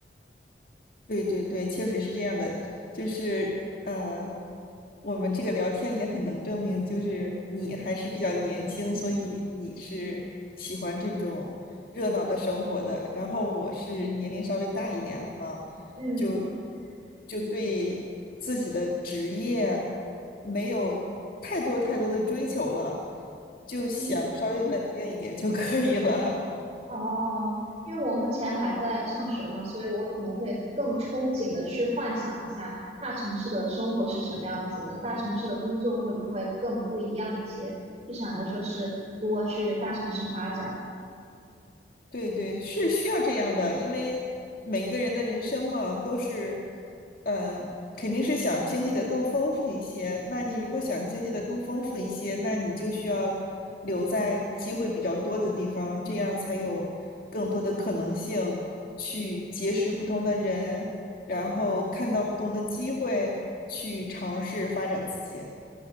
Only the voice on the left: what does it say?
对对对，确实是这样的。就是呃，我们这个聊天也很能证明，就是你还是比较年轻，所以你是喜欢这种热闹的生活的。然后我是年龄稍微大一点了嘛，
就就对自己的职业没有太多太多的追求了，就想稍微稳定一点就可以了。
<laughs>
对对，是需要这样的，因为每个人的人生嘛，都是，嗯、肯定是想经历的更丰富一些。那你如果想经历的更丰富一些，那你就需要留在机会比较多的地方，这样才有更多的可能性去结识不同的人，然后看到不同的机会，去尝试发展自己。